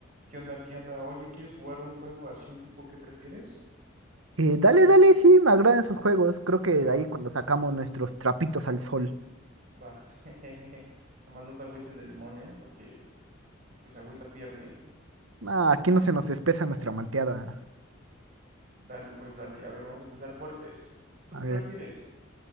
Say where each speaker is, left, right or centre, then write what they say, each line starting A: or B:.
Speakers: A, on the right; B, on the right.
A: ¿Qué onda? ¿Qué onda? Oye, ¿quieres jugar un juego así, un tipo que prefieres?
B: Eh, dale, dale, sí, me agradan esos juegos. Creo que de
A: Va,
B: ahí cuando sacamos nuestros trapitos al sol.
A: va. <laughs> Nada más no te agüites de limón, ¿eh? Porque el que se agüita pierde.
B: Ah, aquí no se nos espesa nuestra malteada.
A: Dale, pues dale. A ver, vamos a empezar fuertes. ¿Tú
B: A
A: qué
B: ver.
A: prefieres?